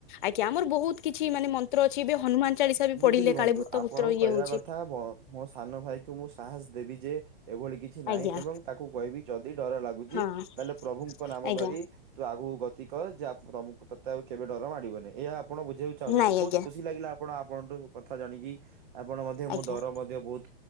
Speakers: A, on the left (about 55°); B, on the right (about 55°).
A: ଆଜ୍ଞା ଆମର ବହୁତ କିଛି ମାନେ ମନ୍ତ୍ର ଅଛି ଏବେ ହନୁମାନ ଚାଳିଶା ବି
B: ବୁଝିଲି
A: ପଢିଲେ
B: ବନ୍ଧୁ
A: କାଳେ ଭୂତ
B: ଆପଣଙ୍କୁ
A: ଭୂତ୍ର ଇଏ
B: କହିବା
A: ହଉଛି।
B: କଥା ମୋ ସାନ ଭାଇ କ ମୁଁ ସାହସ ଦେବି ଯେ ଏଭଳି କିଛି କିଛି ନାହିଁ
A: ଆଜ୍ଞା
B: ଏବଂ ତାକୁ କହିବି ଯଦି ଡର ଲାଗୁଛି
A: ହଁ
B: ତାହେଲେ ପ୍ରଭୁଙ୍କ ନାମ
A: ଆଜ୍ଞା
B: ଧରି ତୁ ଆଗକୁ ଗତି କର ଯେ ତମକୁ ତତେ ଆଉ କେବେ ଡର ମାଡିବନି ଏହା ଆପଣ ବୁଝେଇଉଛ ବହୁତ
A: ନାଇଁ ଆଜ୍ଞା
B: ଖୁସି ଲାଗିଲା ଆପଣ ଆପଣଠୁ କଥା ଜାଣିକି ଆପଣ ମଧ୍ୟ ମୁଁ
A: ଆଜ୍ଞା
B: ଡର ବହୁତ